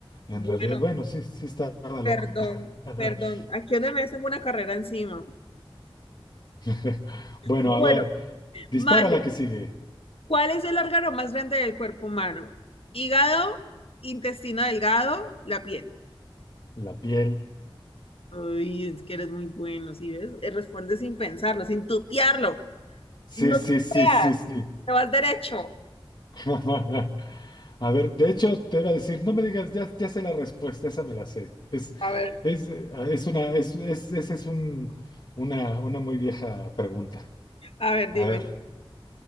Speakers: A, on the left; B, on the left.
A: en
B: Bueno,
A: realidad, bueno, sí, sí estaba
B: perdón,
A: loco. <laughs>
B: perdón. Aquí donde me hacen una carrera encima.
A: <laughs> Bueno,
B: Bueno,
A: a ver, dispara
B: Mario,
A: la que sigue.
B: ¿cuál es el órgano más grande del cuerpo humano? Hígado, intestino delgado, la piel.
A: La piel.
B: Uy, es que eres muy bueno, ¿sí ves? Eh, Responde sin pensarlo, sin tutearlo.
A: Sí,
B: No
A: sí,
B: te
A: sí,
B: veas,
A: sí, sí.
B: te vas derecho.
A: <laughs> A ver, de hecho, te iba a decir, no me digas, ya, ya sé la respuesta, esa me la sé. Es,
B: A ver,
A: es, eh, es una, es, es, esa es un, una, una muy vieja pregunta.
B: a ver,
A: A
B: dime.
A: ver,